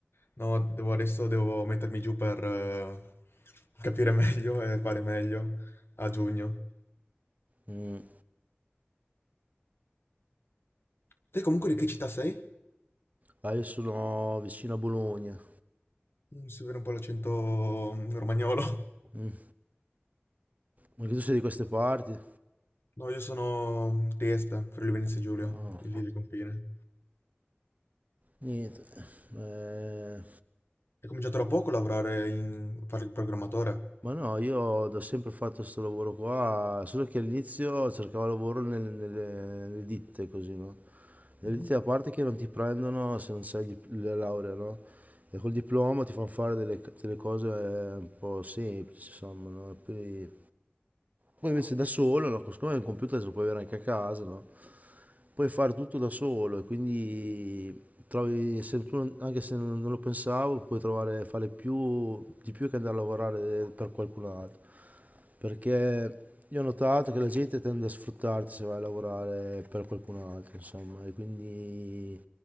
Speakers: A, on the left; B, on the right.
A: No, devo- adesso devo mettermi giù per eh, capire <laughs> meglio e fare meglio a giugno.
B: mm.
A: Te comunque di che città sei?
B: Ah, io sono vicino a Bologna.
A: Mm, Si vede un po' l'accento mm, romagnolo.
B: Mm. Anche tu sei di queste parti?
A: No, io sono di Este, Friuli Venezia Giulia,
B: No,
A: lì del confine.
B: niente. Eh,
A: Hai cominciato da poco a lavorare in... fare il programmatore?
B: Ma no, io ho sempre fatto questo lavoro qua, solo che all'inizio cercavo lavoro nel- nelle, nelle ditte, così, no? Nelle
A: Mm?
B: ditte, a parte che non ti prendono se non sai il dip- la laurea, no? E col diploma ti fanno fare delle, c- delle cose un po' semplici, insomma, no? E Poi, poi invece da solo, no? Siccome il computer se lo puoi avere anche a casa, no? puoi fare tutto da solo e quindi trovi, se tu- anche se non non lo pensavo, puoi trovare, fare più, di più che andare a lavorare per qualcun altro. Perché io ho notato che la gente tende a sfruttarti se vai a lavorare per qualcun altro, insomma, e quindi,